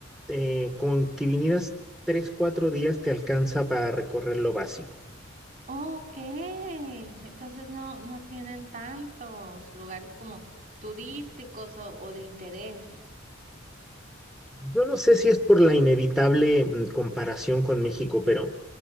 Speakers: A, in the centre; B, on the right (about 45°).
A: Eh, con que vinieras tres, cuatro días te alcanza para recorrer lo básico.
B: Ok, entonces no, no tienen tantos lugares como turísticos o, o de interés.
A: Yo no sé si es por la inevitable mm, comparación con México, pero